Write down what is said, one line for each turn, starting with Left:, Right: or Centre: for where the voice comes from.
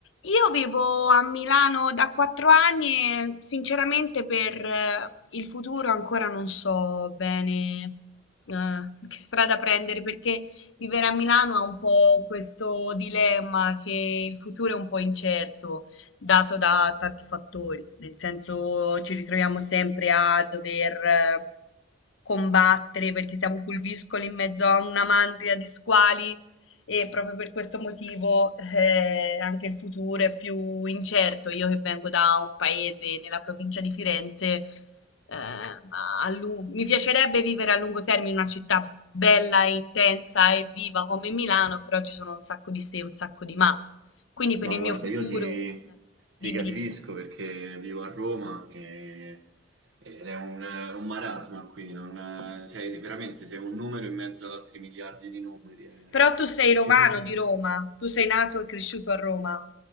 Left: Io vivo a Milano da quattro anni e sinceramente per eh, il futuro ancora non so bene eh, che strada prendere perché vivere a Milano ha un po' questo dilemma che il futuro è un po' incerto, dato da tanti fattori, nel senso ci ritroviamo sempre a dover eh, combattere perché siamo pulviscoli in mezzo a una mandria di squali e proprio per questo motivo eh, anche il futuro è più incerto. Io che vengo da un paese nella provincia di Firenze, eh, ma a lu- mi piacerebbe vivere a lungo termine in una città bella e intensa e viva come Milano, però ci sono un sacco di se e un sacco di ma. Quindi per
Right: No,
Left: il
Right: guarda,
Left: mio futuro,
Right: io ti,
Left: eh, dimmi,
Right: ti capisco
Left: dimmi.
Right: perché vivo a Roma e- ed è un, un marasma qui, non- sei, veramente sei un numero in mezzo ad altri miliardi di numeri. e-
Left: Però tu sei romano
Right: Ci si sente...
Left: di Roma, tu sei nato e cresciuto a Roma,